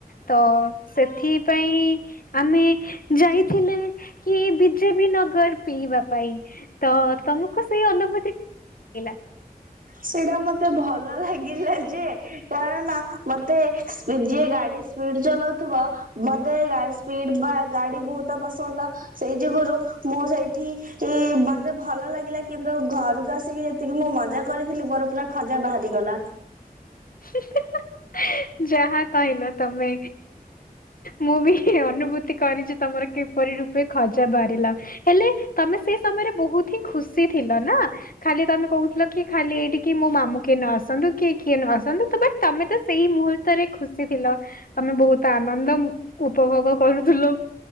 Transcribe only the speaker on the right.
ସେଇଟା ମତେ ଭଲ ଲାଗିଲା ଯେ। କାରଣ ମତେ ଯିଏ ଗାଡି ସ୍ପିଡ ଚଲଉଥିବ। ମତେ ଗା ସ୍ପିଡ ବା ଗାଡି ବହୁତ ପସନ୍ଦ ସେଇ ଯୁଗୁରୁ ମୁଁ ସେଇଠି। ଇ ମତେ ଭଲ ଲାଗିଲା କିନ୍ତୁ ଘରକୁ ଆସିକି ଯେତିକି ମୁଁ ମଜା। କରିଥିଲି ମୋର ପୁରା ଖଜା ବାହାରିଗଲା।